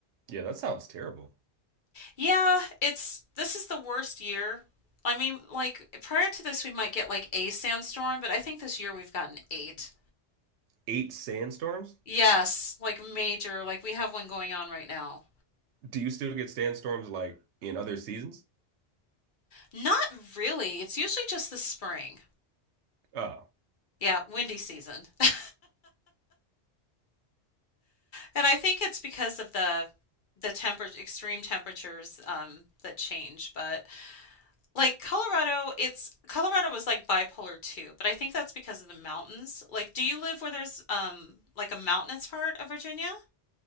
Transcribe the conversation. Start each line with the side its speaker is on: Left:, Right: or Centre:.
Right: Yeah, that sounds terrible.
Left: yeah, it's this is the worst year. I mean, like prior to this, we might get like a sandstorm, but I think this year we've gotten eight.
Right: Eight sandstorms?
Left: Yes, like major, like we have one going on right now.
Right: Do you still get sandstorms like in other seasons?
Left: Not really. It's usually just the spring.
Right: Oh,
Left: Yeah, windy season. <laughs> And I think it's because of the the temper extreme temperatures um, that change, but. Like Colorado, it's Colorado was like bipolar too, but I think that's because of the mountains. Like, do you live where there's um like a mountainous part of Virginia?